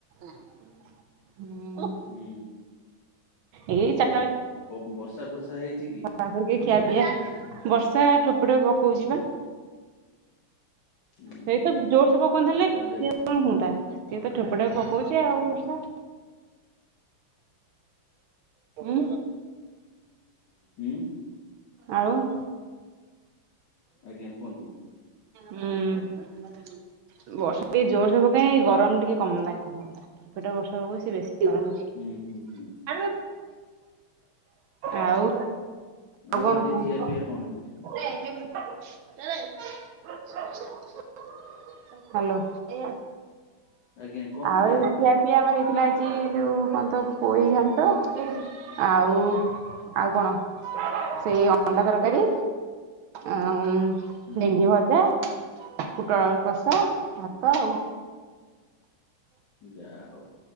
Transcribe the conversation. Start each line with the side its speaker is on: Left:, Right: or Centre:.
Right: ହୁଁ।
Left: ହୁଁ
Right: ଏଇ ଚାରିଟା
Left: ଆଚ୍ଛା କ ବର୍ଷା ଫର୍ଷା ହେଇଚି କି?
Right: ଖରୁକି ଖିଆ ପିଆ ବର୍ଷା ଠୋପେ ଠୋପେ ପକଉଚି ବା।
Left: ହୁଁ
Right: ସେଇ
Left: ହୁଁ
Right: ତ ଜୋରସେ ପକୁଅନ୍ତେ ହେଲେ
Left: ତାହେଲେ
Right: ସିଏ କଣ ହୁଅନ୍ତା ସିଏ ତ ଠୋପ ଠୋପେ ପକୋଉଚି ଆଉ ବର୍ଷା। ହୁଁ
Left: ହୁଁ
Right: ଆଉ ହୁଁ
Left: ଆଜ୍ଞା କୁହନ୍ତୁ।
Right: ବର୍ଷା ଏ ଜୋରସୋ ପକାଇ ଗରମ ଟିକେ କମତା ପେଟ ବର୍ଷ ହେବାକୁ ସେ ବେଶୀ ଗରମ ହେଉଛି।
Left: ହୁଁ ହୁଁ ହୁଁ
Right: ଆଉ ଆଉ
Left: ଆଉ
Right: କଣ
Left: ଆଜି
Right: କହୁ
Left: ଖିଆ
Right: <inaudible>
Left: ପିଆ କଣ ହେଇଛି?
Right: ହ୍ୟାଲୋ ହୁଁ
Left: ଆଜ୍ଞା କଣ
Right: ଆଉ
Left: ଖାଇଥିଲେ?
Right: ଏ ଖିଆ ପିଆ ଆମର ହେଇଥିଲା ଆଜି ଯୋଉ କହନ୍ତି ତ ପୋଇ ଘା ଆଉ ଆଉ କଣ ସେଇ ଅଣ୍ଡା ତରକାରୀ ଆ
Left: ହୁଁ
Right: ଭେଣ୍ଡି
Left: ହୁଁ
Right: ଭଜା କୁଟଳଳୁ କଷ ଭାତ ଆଉ
Left: ଯା ହଉ